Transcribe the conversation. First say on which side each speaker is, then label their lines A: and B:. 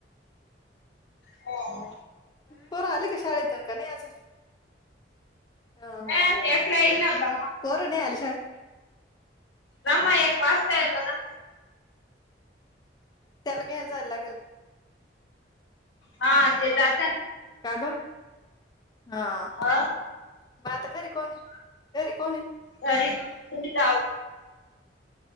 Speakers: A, on the left; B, on the left.
A: हा,
B: पोरं आली का शाळेतून की नाही अजून? हा
A: नाय
B: हा
A: आली एक ला इलं आता.
B: पोरं नाही आली शाळेत
A: नमा एक वाजता
B: हा
A: येतो ना.
B: त्याला घ्यायला जायला लागल.
A: हा, ते जात नां.
B: का ग? हां,
A: अ
B: मग आता घरी कोण हे? घरी कोण हे?
A: घरी तुम्ही जाऊ